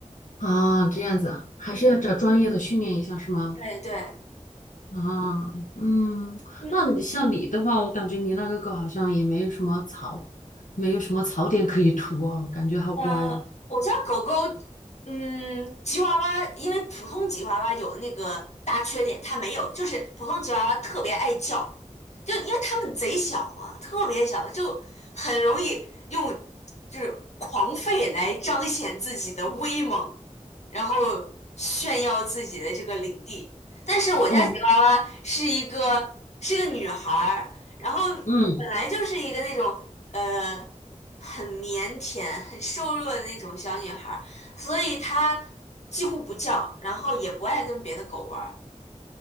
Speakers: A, on the left (about 80°); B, on the left (about 60°).
A: 啊，这样子啊，还是要找专业的训练一下，
B: 嗯，
A: 是吗？
B: 对对。
A: 啊，嗯，
B: 嗯。
A: 那你像你的话，我感觉你那个狗好像也没有什么槽，没有什么槽点可以涂哦，感觉好乖哦。
B: 嗯，我家狗狗，嗯，吉娃娃，因为普通吉娃娃有的那个大缺点，它没有，就是普通吉娃娃特别爱叫，就因为它们贼小嘛，特别小，就很容易用就是狂吠来彰显自己的威猛，然后炫耀自己的这个领地。但是我家吉娃娃是一个是一个女孩儿，
A: 哦，
B: 然后
A: 嗯，
B: 本来就是一个那种呃。很腼腆、很瘦弱的那种小女孩儿，所以她几乎不叫，然后也不爱跟别的狗玩儿。